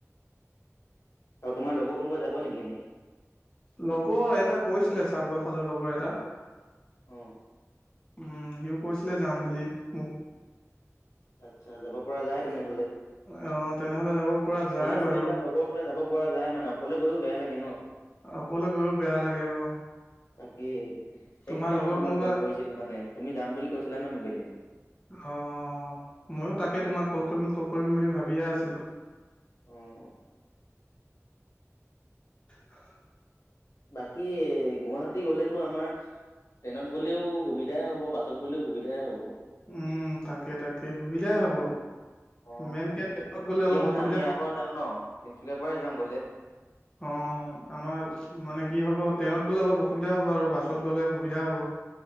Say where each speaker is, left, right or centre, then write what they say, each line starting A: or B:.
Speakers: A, on the left; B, on the left.
A: আৰু তোমাৰ লগৰ কোনোবা যাব নেকি এনেই?
B: লগৰ এটা কৈছিলে চাবুৱা ফালৰ লগৰ এটা।
A: অ
B: উম সিও কৈছিলে যাম বুলি মোক।
A: আচ্ছা যাব পৰা যায় তেনেহলে।
B: অ তেনেহ'লে যাব। পৰা যায়
A: তিনি,
B: বাৰু
A: চাৰিটা লগৰ হলে যাব পৰা যায় মানে অকলে গৈও বেয়া লাগে ন।
B: অকলে গৈও বেয়া লাগে। অ
A: তাকে। সেইকাৰণে
B: তোমাৰ লগৰ
A: মই তোমাক
B: কোনোবা
A: কল কৰিছিলোঁ মানে তুমি যাম বুলি কৈছিলা ন মোক এদিন।
B: অ মইয়ো তাকে তোমাক কল কৰিম কল কৰিম বুলি ভাবিয়ে আছিলোঁ।
A: উম
B: অ
A: বাকী এ গুৱাহাটী গলেনো আমাৰ ট্ৰেইনত গ'লেও সুবিধাই হ'ব বাছত গ'লেও সুবিধাই হ'ব।
B: উম তাকে তাকে সুবিধাই হব।
A: অ
B: মেনকে ট্ৰেইনত গলে
A: কিয়
B: অলপ
A: মানে
B: অসুবিধা
A: আমি ইয়াৰ
B: হ'ব।
A: পৰা যাম ন তিনচুকীয়াৰ পৰাই যাম গ'লে
B: অঁ আমাৰ মানে কি হ'ব ট্ৰেইনত গ'লে অলপ অসুবিধা হ'ব আৰু বাছত গ'লে সুবিধা হ'ব।